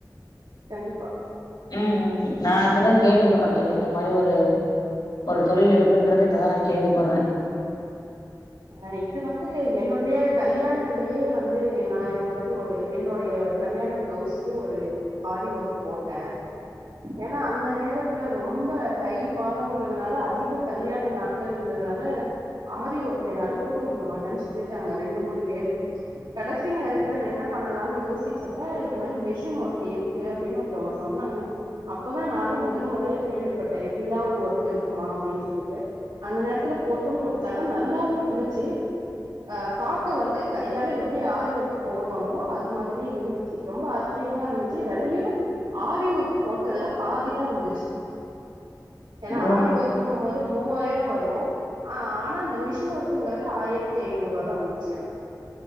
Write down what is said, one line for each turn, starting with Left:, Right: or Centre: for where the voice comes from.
Right: கண்டிப்பா
Left: ம் நா இப்பதா கேள்விப்பற்ற தோழி இந்த மாரி ஒரு ஒரு தொழில் இருக்குன்றதே இப்பதா நா கேள்விப்பற்றே
Right: அ இது வந்து என்னுடைய கல்யாணத்திலயே வந்து நா இது மாதிரி ஒரு என்னுடைய கல்யாண பிளவுஸ்சுக்கு ஒரு ஆரி ஒர்க் போட்ட ஏன்னா அந்த நேரத்துல ரொம்ப தை மாதங்கிறதுனால அதிக கல்யாண நாட் கள் இன்றதுனால ஆரி ஒர்க் என்னால போட்டு குடுக்க மாட்டன்னு சொல்லிட்டாங்க ரெண்டு மூணு பேரு கடைசி நேரத்துல என்ன பண்ணலாம்னு யோசிச்சப்ப இந்த மாரி மிஷின் ஒர்க் இருக் கு அப்டின்னு ஒருத்தவங்க சொன்னாங்க அப்பதா நானே முதல் முறையா கேள்விப்பட்டே இப்பிடில்லா ஒரு ஒர்க் இருக்குமா அப்டின்னு சொல்லிட்டு அந்த நேரத்துல போட்டும் குடுத்தாங்க நல்லாவு இருந்துச்சி அ பாக்க வந்து கையால எப்டி ஆரி ஓர்க்கு போடுவாங்களோ அது மாதிரியே இருந்து ச்சி ரொம்ப ஆச்சரியமா இருந்துச்சு வெலையும் ஆரி ஒர்க்கு போட்டதுல பாதி தா வந்துச்சி ஏனா
Left: ஓ
Right: ஆரி ஒர்க்குங்கும் போது மூவாயிரம் வரு ஆ ஆனா இந்த மிஷின் ஒர்க் குங்கறது ஆயிரத்தி ஐநூறு ரூவா தா வந்துச்சு எனக்கு